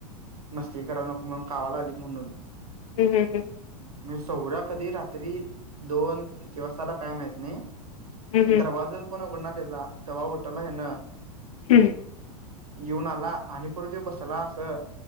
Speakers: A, on the right; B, on the left.
A: मस्ती करायला नको म्हणून कावाला लालीत म्हणून
B: हम हम हं हम
A: म्हणजे सौरा कधी रात्री दोन किती वाजताला काय माहत नाही
B: हम्म
A: पण
B: हम्म
A: दरवाजा पण उघडणार त्याचा तवा उठवला हे ना
B: हम्
A: येऊन आला आणि परतऊ बसाला असं